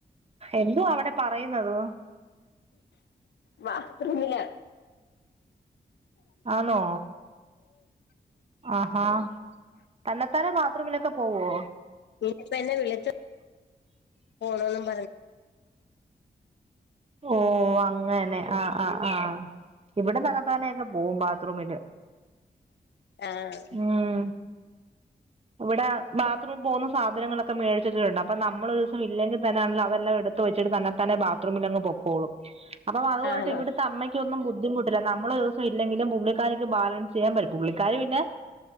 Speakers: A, on the right; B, on the left.
A: എന്തോ അവിടെ പറയുന്നത്
B: ബാത്രറൂമില്
A: ആണോ ആഹാ തന്നെത്താനെ ബാത്റൂമിലൊക്കെ ഓ ഓ
B: നനി ഇപ്പ എന്നെ വിള പോണും പറഞ്ഞ
A: ഓ അങ്ങനെ ആഹ ആ് ആഹ ഇവിടെ തലത്താനൊക്കെ പോകവും ബാത്റൂമില്
B: ആഹ
A: ഉം ഇവിടെ ബാത്റൂമിൽ പോുന്ന സാധനങ്ങളൊക്കെ മേടിച്ചിട്ടുണ്ട് അപ്പ നമ്മൾ ഒരു ദസം ഇല്ലെങ്കിൽ തന്നാണല്ലോ അവരെല്ലാം എടുത്ത് വച്ചു തന്നെ തന്നെ ബാത്റൂമിൽ പൊോുള്ളും അപ്പൊ അതുകൊണ്ട്
B: ആണോ
A: ഇവിത്തെ അമ്മയ്ക്കൊന്നും ബുദ്ധിമുട്ടില്ല നമ്മ ദിവസം ഇല്ലെങ്കിലും പുള്ളിക്കാരിക്ക് ബാലൻസ് ചെയ്യാൻ പറ്റും പുള്ളിക്കാർ പിന്നെ